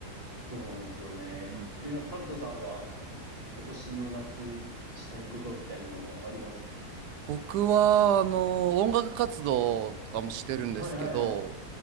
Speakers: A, on the right (about 35°); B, on the right (about 85°).
A: そうなんですよね。
B: うんうん
A: え、ハルトさんは今年の夏したいことみたいなのはあります
B: 僕は、あの、音楽活動とかもしてるんですけど、
A: はいはいはい。